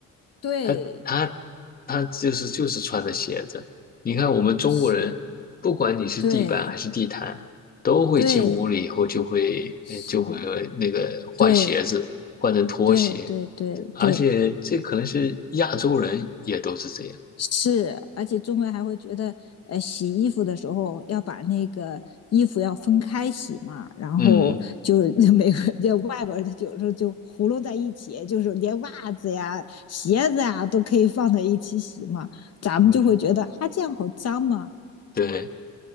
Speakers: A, on the left (about 55°); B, on the left (about 30°).
A: 对，
B: 他他他就是就是穿的鞋子。你看我们中国人，
A: 是，
B: 不管你是地板还是地毯，
A: 对
B: 都会进屋里以后就会呃就会那个换鞋子，
A: 对是，对
B: 换成拖鞋，
A: 对对对对，
B: 而且这可能是亚洲人也都是这样。
A: 是，而且中人还会觉得，呃，洗衣服的时候要把那个衣服要分开洗嘛，然后就美国
B: 嗯
A: <laughs> 就外国人他有时候就糊弄在一起，就是连袜子呀、鞋子呀都可以放在一起洗嘛，咱们就会觉得啊这样好脏嘛，
B: 嗯，对。